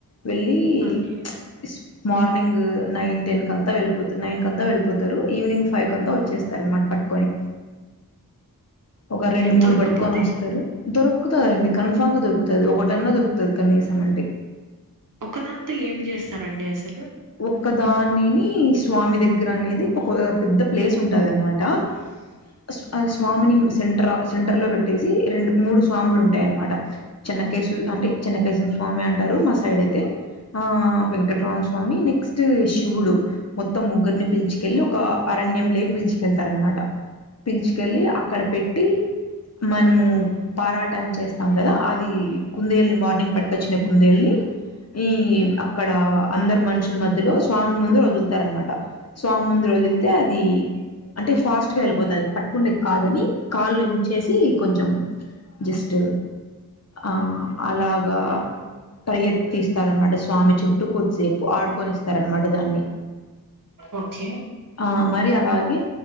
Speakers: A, on the left; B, on the right.
A: వెళ్ళి
B: ఓకే
A: ప్చ్. మార్నింగ్ నైన్ టెన్ కంతా వెళ్ళిపోతారు నైన్ కంతా వెళ్ళిపోతారు ఈవినింగ్ ఫైవ్ కంతా వచ్చేస్తారు. కర్మాట్ పట్టుకొని. ఒక
B: ఓకే
A: రెండు మూడు
B: దొరక్కపోతే
A: పట్టుకొని వస్తారు. దొరుకుతదాండి కన్ఫామ్గా దొరుకుతది ఒకటన్నా దొరుకుతది కనీసం అంటే.
B: ఒకదాంతో ఏం చేస్తారండి అసలు.
A: ఒక్కదానిని స్వామి దగ్గర అనేది ఒక పెద్ద ప్లేస్ ఉంటదనమాట. ఆహ్ ఆ స్వామిని సెంటర్ సెంటర్లో పెట్టేసి రెండు మూడు స్వాములు ఉంటాయన్నమాట. చిన్నకేశ్వర్ అంటే చిన్నకేశర స్వామి అంటారు మా సైడ్ అయితే ఆహ్ వెంకటరాం. కానీ నెక్స్ట్ శివుడు. మొత్తం ముగ్గురిని పిలిచుకెళ్లి ఒక అరణ్యం లేగి పిల్చుకెళ్తారు అనమాట. పిలుచుకెళ్ళి అక్కడ పెట్టి మనము. పారాటం చేస్తాం కదా అది కుందేల్ని మార్నింగ్ పట్టుకొచ్చిన కుందేల్ని. ఉమ్ ఏమ్ అక్కడ. అందరు మనుషుల మధ్యలో స్వామి ముందు వదులుతారనమాట స్వామి ముందు వదిలితే అది. అంటే ఫాస్ట్గా వెళ్ళిపోతది పట్టుకుండేది కాదని కాళ్ళు ఇంచేసి కొంచెం. జస్ట్ ఆహ్ అలాగా. పరిగెత్తిస్తారనమాట స్వామి చుట్టూ కొద్దిసేపు ఆడుకొనిస్. అన్నమాట దాన్ని
B: ఓకే
A: ఆహ్ మరి అలాగే.